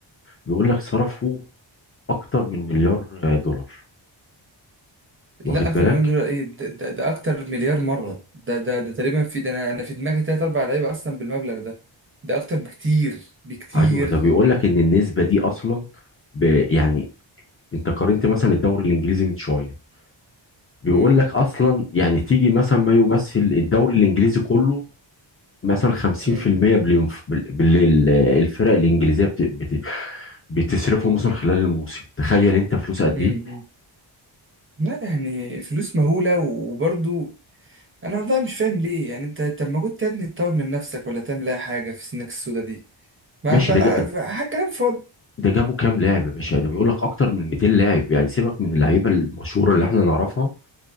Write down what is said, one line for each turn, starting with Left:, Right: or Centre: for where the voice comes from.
Left: بيقول لك صرفوا اكتر من مليار آه، دولار واخد
Right: لا اكتر
Left: بالك
Right: من مليون دولار ايه ده, ده, ده اكتر مليار مره ده ده ده تقريبا في ده انا انا في دماغي تلات اربع لعيبه اصلا بالمبلغ ده ده اكتر بكتير بكتير
Left: ايوه ده بيقول لك ان النسبة دي اصلا ب... يعني انت قارنت مثلا الدوري الانجليزي من شوية بيقول
Right: مم.
Left: لك اصلا يعني تيجي مثلا ما يمثل الدوري الانجليزي كله مثلا 50%
Right: مم.
Left: بالينف- بال- بالليل آه، الفرق الانجليزيه بت... بت... بتصرفه مثلا خلال الموسم تخيل انت فلوس قد
Right: مم.
Left: ايه
Right: لا يعني فلوس مهوله وبرضو انا والله مش فاهم ليه يعني انت طب ما كنت يا ابني تطور من نفسك ولا تعمل اي حاجه في سنك السودا دي ما
Left: ماشي
Right: بقى
Left: ده جا-
Right: حاجه كلام فاضي
Left: ده جابوا كام لاعب يا باشا ده بيقول لك اكتر من 200 لاعب يعني سيبك من اللعيبه المشهوره اللي احنا نعرفها